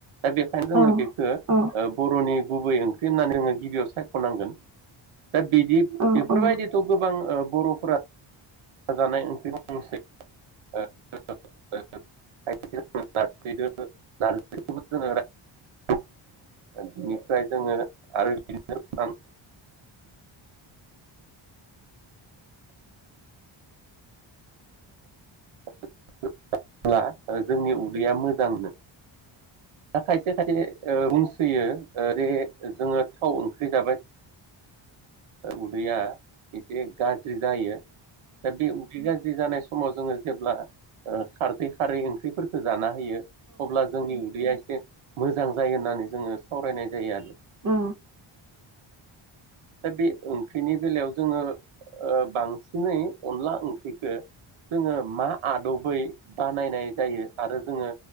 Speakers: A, on the right; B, on the right.
A: दा बेखायनो
B: औ
A: जोङो बेखौ ओ
B: औ
A: बर'नि गुबै ओंख्रि होननानै जोङो गिबियाव सायख'नांगोन। दा बिदि
B: औ
A: बेफोरबायदिथ' गोबां ओ बर'फोरा <unintelligible> <unintelligible> जोंनि उदैया मोजांनो। दा खायसे खायसे ओ <unintelligible> फैयो ओ जेरै जोङो थाव ओंख्रि जाबाय उदैया एसे गाज्रि जायो। बे उदै गाज्रि जानाय स समाव जोङो जेब्ला खारदै खारै ओंख्रिफोरफोरखौ जाना होयो अब्ला जोंनि उदैया एसे मोजां जायो होननानै जोङो सावरायनाय जायो आरो।
B: औ।
A: बे ओंख्रिनि बेलायाव जोङो ओ बांसिनै अनला ओंख्रिखौ जोङो मा आदबै बानायनाय जायो आरो जोङो